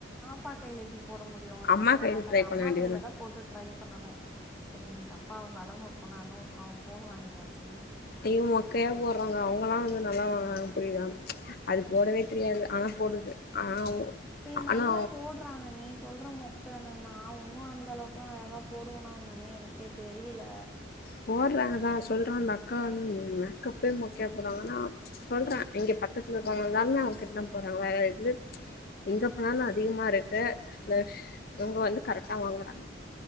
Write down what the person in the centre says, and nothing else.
ப்பா கைல‌ எப்டி போட முடியு அது
ஒழுங்கா
காட்டாது
அம்மா
கைல தா போட்டு ட்ரை பண்ணணு சரி இன்னிக் அப்பா வலனூர் போனார்னா ஒரு க கோனு வாய்ன்ட்டு வர சொ
ஏ நல்லா
போட்றாங்க நீ சொல் ற மொக்கனு நா ஒன்னு அந்த அளவுக்லா அழகா போடுவனா என்னானே எனக்கே தெரியல